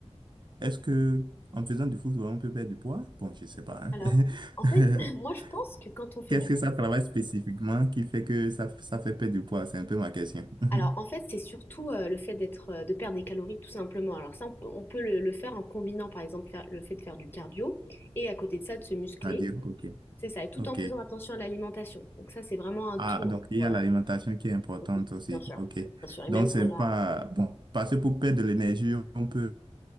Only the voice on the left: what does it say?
Alors, en
fait, <laughs> moi,
je pense que quand on fait
du...
Alors, en fait, c'est surtout euh, le fait d'être, euh, de perdre des calories, tout simplement. Alors ça, on peut, on peut le, le faire en combinant, par exemple, faire, le fait de faire du cardio et à côté de ça, de se muscler.
C'est ça, et tout
en faisant attention à l'alimentation. Donc ça, c'est vraiment un
tout.
Voilà.
Oui,
bien sûr.
Bien sûr. Et
même
dans la...